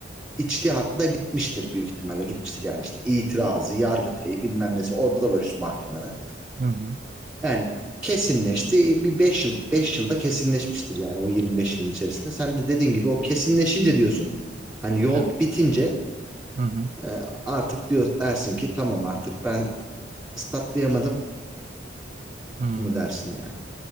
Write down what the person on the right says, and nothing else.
Hı hı.
Evet.
Hı hı.
Hı.